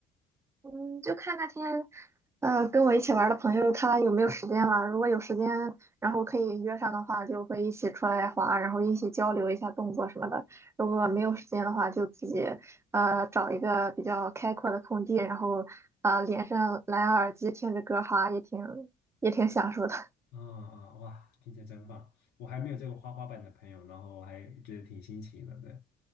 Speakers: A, on the right; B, on the left.
A: 嗯，就看那天呃，跟我一起玩儿的朋友他有没有时间了？如果有时间，然后可以约上的话，就会一起出来滑，然后一起交流一下动作什么的。如果没有时间的话，就自己呃找一个比较开阔的空地，然后呃连上蓝牙耳机听着歌哈，也挺也挺享受的。
B: 啊啊，哇，听起来真棒！我还没有这个花花板的朋友，然后我还觉得挺新奇的。对，